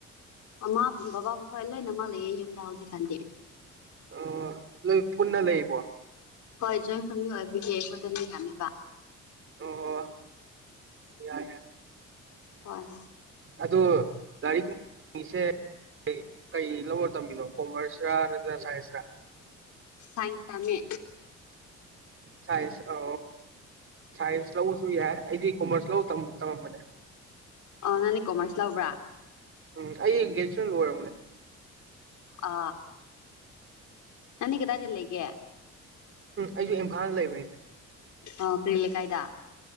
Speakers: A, on the left; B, on the right.
A: ꯃꯃꯥ ꯕꯕꯥ ꯃꯈꯣꯏ ꯂꯣꯏꯅꯃꯛ ꯂꯩ ꯌꯨꯝꯗ ꯍꯧꯖꯤꯛꯀꯥꯟꯗꯤ
B: ꯑ ꯂ ꯄꯨꯟꯅ ꯂꯩꯕꯣ
A: ꯍꯣꯏ ꯖꯣꯏꯟ ꯐꯦꯃꯤꯂꯤ ꯑꯣꯏꯕꯤꯌꯦ ꯑꯩꯈꯣꯏ ꯑꯗꯨꯝꯗꯤ ꯌꯥꯅꯤꯕ
B: ꯑꯣ ꯌꯥ
A: ꯍꯣꯏ ꯍꯣꯏ
B: ꯑ ꯂꯥꯏꯔꯤꯛꯁꯦ ꯀꯩ ꯂꯧꯔ ꯇꯝꯃꯤꯅꯣ ꯀꯃꯔꯁꯤꯌꯥ ꯆꯁ
A: ꯁꯥꯏꯁ ꯇꯃꯦ
B: ꯁ ꯑ ꯁꯥꯏꯟꯁ ꯂꯧꯁꯨ ꯌꯥꯏ ꯑꯩꯗꯤ ꯀꯣꯃꯔꯁ ꯂ ꯇꯃꯦ ꯃꯅꯦ
A: ꯑ ꯅꯪꯅꯦ ꯀꯣꯃꯔꯁ ꯂꯕ꯭ꯔꯥ
B: ꯎꯝ ꯑꯩ ꯒ꯭ꯔꯦꯖꯨꯌꯦꯁꯟ ꯑꯣꯏꯣꯏꯔꯔꯕꯅꯦ
A: ꯑ ꯅꯅꯤ ꯀꯗꯗ ꯂꯩꯒꯦ
B: ꯑꯩꯁꯨ ꯏꯝꯐꯥꯜ ꯂꯩꯕꯅꯤꯁꯦ
A: ꯑꯣ ꯀꯔꯤꯂ ꯀꯥꯏꯗ